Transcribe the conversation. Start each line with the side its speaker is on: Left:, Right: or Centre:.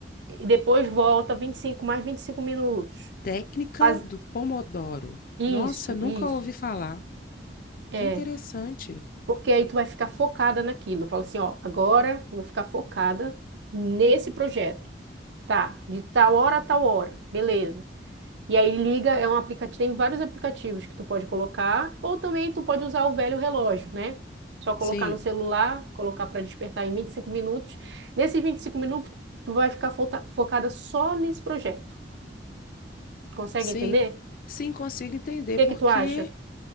Right: E depois volta 25 mais 25 minutos.
Left: Técnica
Right: Faz
Left: do Pomodoro.
Right: isso,
Left: Nossa, nunca
Right: isso.
Left: ouvi falar.
Right: É.
Left: Que interessante.
Right: Porque aí tu vai ficar focada naquilo. Fala assim, ó, agora eu vou ficar focada nesse projeto. Tá, de tal hora a tal hora. Beleza. E aí liga, é um aplicativo, tem vários aplicativos que tu pode colocar, ou também tu pode usar o velho relógio, né? Só colocar
Left: Sim,
Right: no celular, colocar para despertar em 25 minutos. Nesses 25 minutos, tu vai ficar fota- focada só nesse projeto. Consegue
Left: sim,
Right: entender?
Left: sim, consigo entender,
Right: O que
Left: porque
Right: que tu acha?